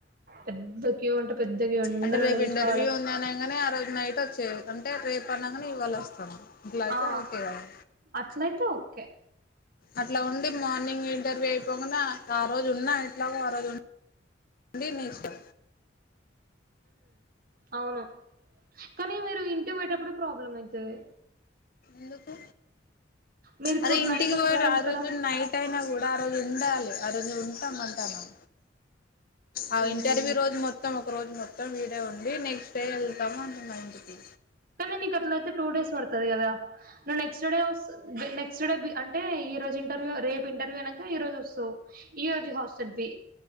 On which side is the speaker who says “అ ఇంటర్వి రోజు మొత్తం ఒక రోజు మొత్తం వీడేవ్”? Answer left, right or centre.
Left